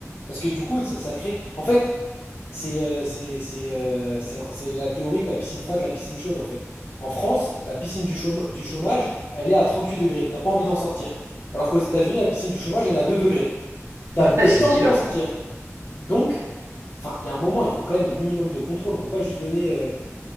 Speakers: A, on the left; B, on the right.
A: Parce que du coup, ça, ça crée... En fait, c'est euh, c'est c'est, euh, c'est un- c'est la théorie de la piscine froide, de la piscine chaude en fait. En France, la piscine du chômo- du chômage, elle est à 38 degrés. T'as pas envie d'en sortir. Alors qu'aux États-Unis, la piscine du chômage, elle est à 2 degrés.
B: <laughs>
A: T'as vite
B: Ouais, c'est
A: envie
B: sûr.
A: d'en sortir. Donc, enfin, il y a un moment, il faut quand même un minimum de contrôle. On peut pas juste donner euh,